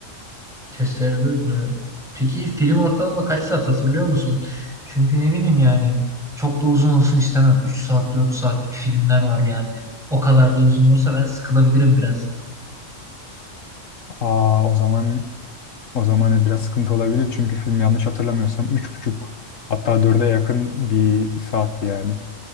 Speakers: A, in the centre; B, on the left.
A: Tereddüt mü? Peki film ortalama kaç saat hatırlıyor musun? Çünkü ne bileyim yani çok da uzun olsun istemem. 3 saat 4 saatlik filmler var yani. O kadar da uzun olursa ben sıkılabilirim biraz.
B: Aa, o zaman o zaman biraz sıkıntı olabilir çünkü film yanlış hatırlamıyorsam üç buçuk hatta dörde yakın bir saatti yani.